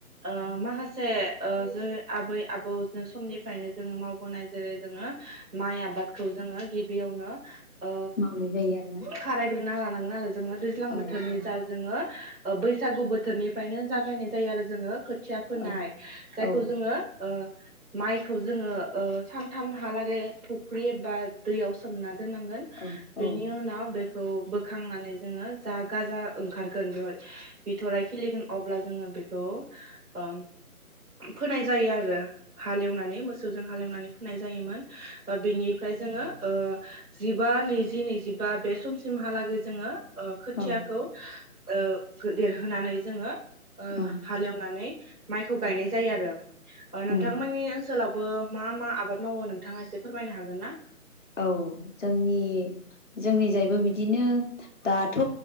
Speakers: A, on the right; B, on the left.
A: ओ माखासे ओ जों आबै आबौ जो समनिफ्रायनो जोङो मावबोनाय जेरै जोङो । माइ आबादखौ जोङो गि बेयावनो । ओ
B: मावनाय जायो आरोना
A: खारायग्रोनो लाना थांनो आरो जोङो दैज्लां
B: औ
A: बोथोरनि
B: औ
A: जा जोङो बैसागु बोथोरनिफ्रायनो जागायनाय जायो आरो जोङो खोथिया फोनाय
B: औ
A: जायखौ
B: औ
A: जोङो ओ माइखौ जोङो ओ सानथामहालागै फुख्रि एबा दैयाव सोमना दोन बेनि
B: औ औ
A: उनाव बेखौ बोखांनानै जोङो जा गाजा ओंखारगोन बेवहाय बिथ'राय खिलिगोन अब्ला जोङो बेखौ ओ फोनाय जायो आरो । हालेवनानै मोसौजों हालेवनानै फोनाय जायोमोन । बिनिफ्राय जोङो ओ जिब बा नैजि नैजिबा बे समसिमहालागै जोङो ओ खोथियाखौ
B: औ
A: ओ देरहोनानै जोङो ओ
B: औ
A: हालेवनानै माइखौ गायनाय जायो आरो । ओ नोंथांमोननि
B: औ
A: ओनसोलाव बो मा मा आबाद मावो नोंथाङा एसे फोरमायनो हागोन ना ।
B: औ जोंनि जोंनि जायबो बिदिनो दाथ'